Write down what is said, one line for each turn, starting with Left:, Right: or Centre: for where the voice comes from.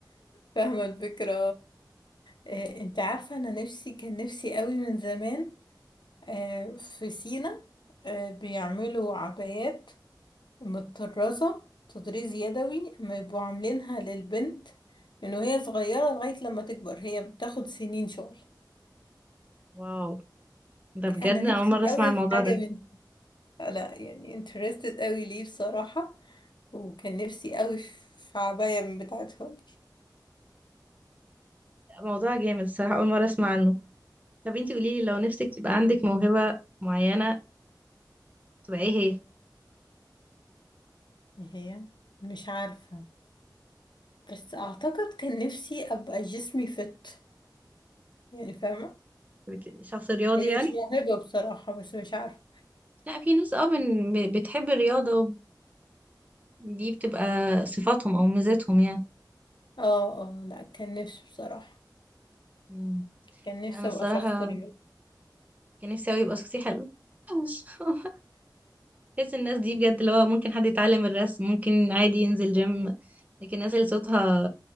Left: فاهمة الفكرة آه، انت عارفة انا نفسي كان نفسي قوي من زمان آه، في سينا آه، بيعملوا عبايات متطرزة تطريز يدوي ما يبقوا عاملينها للبنت من وهي صغيرة لغاية لما تكبر هي بتاخد سنين شغل
Right: واو ده بجد
Left: انا
Right: أنا
Left: نفسي
Right: اول مره
Left: قوي
Right: اسمع الموضوع
Left: في حاجة
Right: ده
Left: من آه، لا يعني interested قوي ليه بصراحة وكان نفسي قوي في في عباية من بتاعتهم
Right: موضوع جامد الصراحه اول مره اسمع عنه طب انتي قولي لي لو نفسك تبقى عندك موهبه معينه تبقى ايه هي
Left: هي مش عارفة بس اعتقد كان نفسي ابقى جسمي فت يعني فاهمة
Right: بت- شخص رياضي
Left: هي
Right: يعني
Left: مش موهبة بصراحة بس مش عارفة
Right: لا في ناس اه من- ب- بتحب الرياضه دي بتبقى صفاتهم او ميزاتهم يعني
Left: اه اه لا كان نفسي بصراحة
Right: مم.
Left: كان نفسي
Right: انا الصراحه
Left: ابقى شخص رياضي
Right: كان نفسي قوي يبقى صوتي حلو <laughs> بحس الناس دي بجد اللي هو ممكن حد يتعلم الرسم ممكن عادي ينزل جيم لكن الناس اللي صوتها